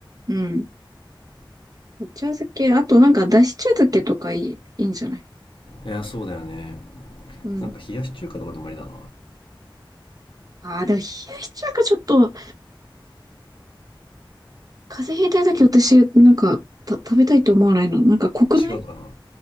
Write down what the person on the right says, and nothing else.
うん。お茶漬け、あとなんかだし茶漬けとかいい、いいんじゃない
うん。
ああ、でも冷やし中華ちょっと風邪ひいてるとき私、なんか、た、食べたいと思わないの。なんか濃くない